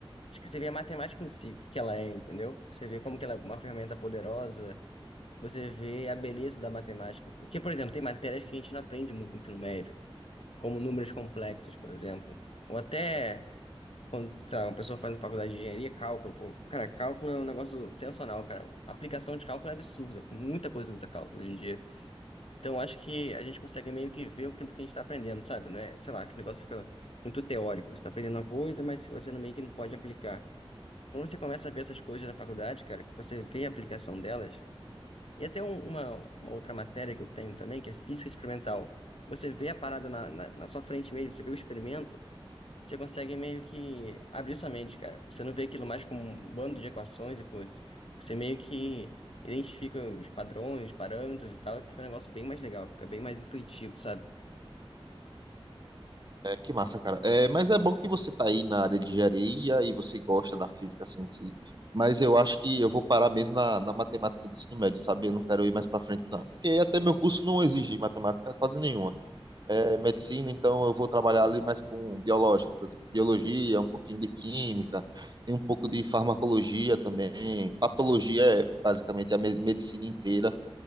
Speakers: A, on the left; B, on the right.
A: Acho que você vê a matemática em si, o que que ela é, entendeu? Você vê como que ela é uma ferramenta poderosa, você vê a beleza da matemática. Porque, por exemplo, tem matérias que a gente não aprende muito no ensino médio, como números complexos, por exemplo. Ou até. Quando, sei lá, uma pessoa faz uma faculdade de engenharia, cálculo, pô, cara, cálculo é um negócio sensacional, cara. A aplicação de cálculo é absurda. Muita coisa usa cálculo hoje em dia. Então, acho que a gente consegue meio que ver o que, do que a gente está aprendendo, sabe? Não é, sei lá, que o negócio fica muito teórico. Você está aprendendo uma coisa, mas você não- meio que não pode aplicar. Quando você começa a ver essas coisas na faculdade, cara, que você vê a aplicação delas, e até um- uma, uma outra matéria que eu tenho também, que é física experimental. Você vê a parada na, na na sua frente mesmo, você vê o experimento, você consegue meio que abrir sua mente, cara. Você não vê aquilo mais como um bando de equações e coisas. Você meio que identifica os padrões, os parâmetros e tal, e fica um negócio bem mais legal, fica bem mais intuitivo, sabe?
B: É, que massa, cara. É, mas é bom que você tá aí na área de engenharia e você gosta da física assim, em si. Mas eu acho que eu vou parar mesmo na, na matemática do ensino médio, sabe? Eu não quero ir mais pra frente, não. Porque até meu curso não exige matemática quase nenhuma. É medicina, então eu vou trabalhar ali mais com biológicas, por exemplo. Biologia, um pouquinho de química, tem um pouco de farmacologia também. Patologia é basicamente a me- medicina inteira.